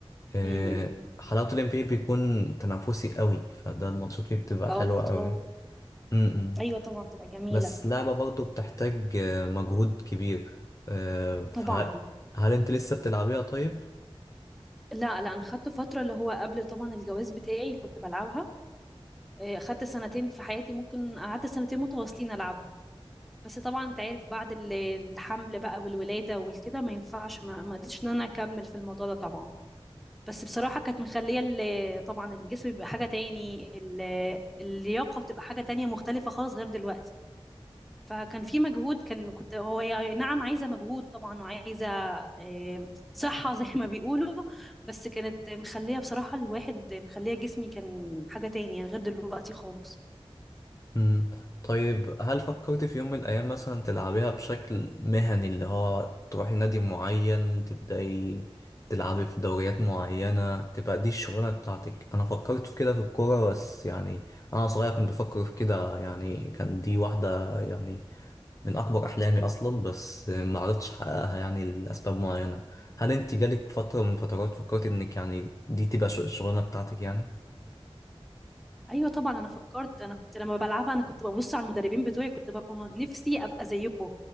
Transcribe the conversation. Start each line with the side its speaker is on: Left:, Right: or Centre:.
Left: آه،
Centre: امم
Left: حلاوة الام بي اي بيكون تنافسي قوي فده الماتشات فيه بتبقى
Centre: اه
Left: حلوة
Centre: البطولات
Left: قوي م-م.
Centre: ايوه طبعا بتبقى جميله
Left: بس لعبة برضه بتحتاج آه، مجهود كبير آه، فهل
Centre: طبعا
Left: هل انت لسه بتلعبيها طيب؟
Centre: لا لا انا خدت فتره اللي هو قبل طبعا الجواز بتاعي كنت بلعبها آه، خدت سنتين في حياتي ممكن قعدت سنتين متواصلين العبها بس طبعا انت عارف بعد ال- الحمل بقى والولاده والكده ما ينفعش ما ما قدرتش ان انا اكمل في الموضوع ده طبعا بس بصراحه كانت مخليه ال- طبعا الجسم بيبقى حاجه تاني ال- اللياقه بتبقى حاجه تانية مختلفه خالص غير دلوقتي فكان في مجهود كان كنت هو هي نعم عايزة مجهود طبعا وعايزة آه، صحة <laughs> زي ما بيقولوا بس كانت مخلية بصراحة الواحد مخلية جسمي كان حاجة تاني يعني غير دلوقتي خالص
Left: مم. طيب هل فكرت في يوم من الأيام مثلا تلعبيها بشكل مهني اللي هو تروحي نادي معين تبدأي تلعبي في دوريات معينة تبقى دي الشغلانة بتاعتك أنا فكرت في كده في الكورة بس يعني أنا صغير كنت بفكر في كده يعني كان دي واحدة يعني من أكبر أحلامي أصلا بس ما عرفتش أحققها يعني لأسباب معينة هل أنت جالك فترة من فترات فكرت إنك يعني دي تبقى ش- الشغلانة بتاعتك يعني؟
Centre: أيوة طبعا أنا فكرت أنا كنت لما بلعبها أنا كنت ببص على المدربين بتوعي كنت ببقى م- نفسي أبقى زيكم